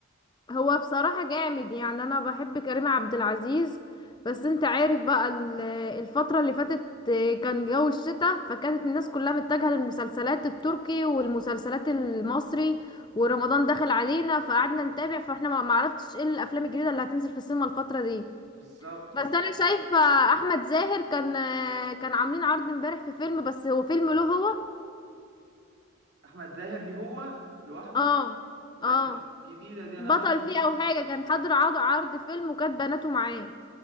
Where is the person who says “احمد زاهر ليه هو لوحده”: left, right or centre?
Right